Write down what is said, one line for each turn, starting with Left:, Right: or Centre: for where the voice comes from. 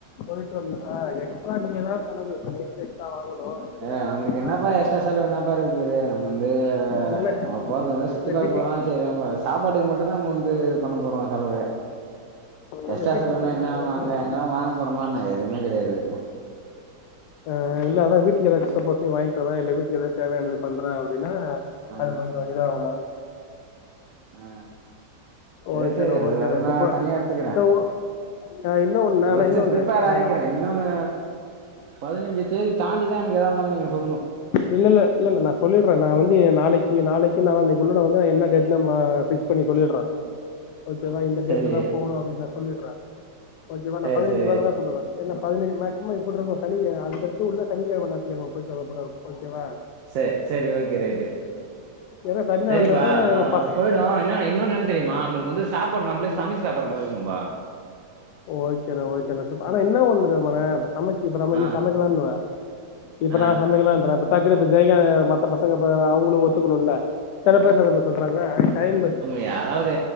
Left: போயிட்டு வரளா எக்ஸ்ரா நீ ஏதாவது செலவு இப்போ நீ வந்து எக்ஸ்ட்ரா வாங்கணும் இல்லை நீ
Right: ஏ
Left: ஏதாவது
Right: நம்மளுக்கு
Left: எக்ஸ்ட்ரா
Right: என்னப்பா
Left: சாப்பிட
Right: எக்ஸ்ட்ரா செலவு என்னப்பா இருக்க போகுது நம்ம வந்து
Left: இல்ல
Right: நம்ம போறது வந்து சு
Left: இல்ல
Right: த்தி பாக்க
Left: வீட்டுக்கு
Right: போறோ செரி நம்ம சாப்பாட்டுக்கு மட்டுந்தா நம்ம வந்து பண்ண போரோ செலவு
Left: இல்ல
Right: எஸ்டா
Left: வீட்டுக்கு
Right: சொல்லவுனா
Left: சப்போஸ்
Right: என்னன்னா
Left: ஏதாச்சும்
Right: வாங்க எங்கானா வாங்க போறோமனா எதுவுமே கெடையாது
Left: ஆ இல்ல அதா வீட்டுக்கு ஏதாது சப்போஸ் நீ வாங்கிட்டுவர இல்ல வீட்டுக்கு ஏதாவது தேவையானது பண்றே அப்படின்னா
Right: ஆ
Left: அது கொஞ்சு இதாகுல
Right: ஆ செரி
Left: ஓகேண்ணா
Right: செரி அது
Left: ஓகேண்ணா
Right: அது
Left: இப்பப்ப
Right: நா தனியா எடுத்துக்கிறே
Left: சோ ஆ இன்னொன்னு
Right: நா
Left: ஆனா
Right: ஃஸ்ட்டு
Left: இன்னொன்னு
Right: பிரேப்பர்
Left: இப்ப
Right: ஆயிக்கிறே
Left: நம்ம
Right: இன்னொன்னு பதினஞ்சு தேதி தாண்டிா நீங்க ஏதா இருந்தாலு நீங்க சொல்லுணு
Left: இல்லல்ல இல்லல்ல நா சொல்லிட்ரே நா வந்து நாளைக்கு நாளைக்கு நால நாளிக்குள்ளே நா வந்து என்ன டேட்டுனு ஆ பே பண்ணி சொல்லிடுறே ஓக்கேவா இந்த
Right: சரி
Left: டேட்ல தா போகணு அப்படின்னு நா சொல்லிடுறே ஓக்கேவா நா
Right: சரி
Left: பதினஞ்சு
Right: சரி
Left: வேலைதா சொல்லுவே என்னா பதினஞ்சு மேக்சிமம் எப்பிடி இருக்கு சனிக் அது அடுத்து உள்ள சனிக்கிழம ஞாயித்து கெழம போயிட்டு ஓப்பனா இருக்கு ஓக்கேவா
Right: சே சேரி ஓக்கே ரைட்டு
Left: ஏன்னா சனி
Right: சரிப்பா
Left: ஞாயிறுனாதா
Right: நா
Left: பச
Right: போயிடு என்ன இன்னொன்னு என்ன தெரியுமா நம்முளுக்கு வந்து சாப்பாடு நம்மளே
Left: ஆ
Right: சமைச்சு சாப்பிடுர மாரி இருக்கணும்பா
Left: ஓகேண்ணா ஓகேண்ணா சூப் ஆனா என்ன ஒன்னு தெரியுமானே சமச்சு இப்ப நம்ம
Right: ஆ
Left: நீ சமைக்கலானு போற இப்ப
Right: ஆ
Left: நா சமைக்கலான்றே பட் வீரப்ப ஜெய்க்க மத்த பசங்க இப்ப அவ்ங்களு ஒத்துக்கணுல செல பேர் என்ன தெரிய்மா சொல்றாங்க ஐ டைம்பு
Right: எ அதாவ்து